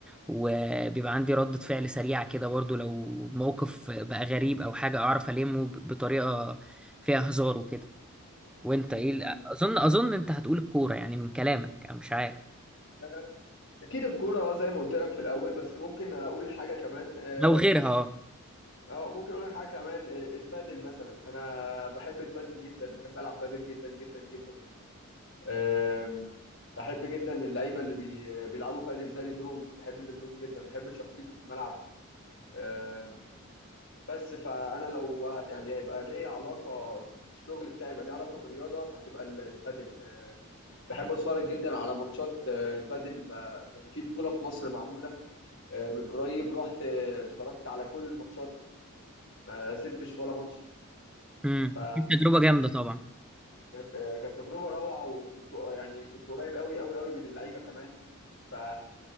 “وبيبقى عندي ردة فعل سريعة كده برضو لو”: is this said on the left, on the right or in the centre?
Centre